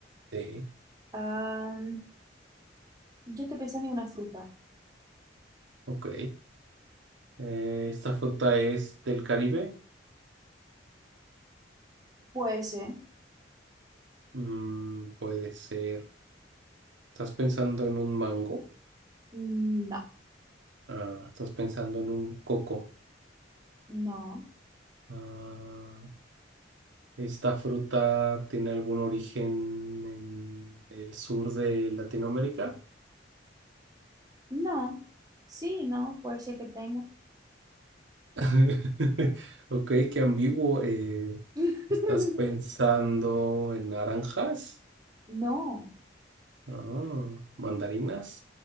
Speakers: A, on the right; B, on the right.
A: Sí,
B: Ah, yo estoy pensando en una fruta.
A: ok. Eh, ¿esta fruta es del Caribe?
B: Puede ser.
A: Mm, puede ser. ¿Estás pensando en un mango?
B: Mm, No,
A: Ah, ¿estás pensando en un coco?
B: no,
A: Ah, ¿esta fruta tiene algún origen en el sur de Latinoamérica?
B: no. Sí, no, puede ser que tenga.
A: <laughs> Ok, qué ambiguo. Eh,
B: <laughs>
A: ¿estás pensando en naranjas?
B: No,
A: Oh, mandarinas,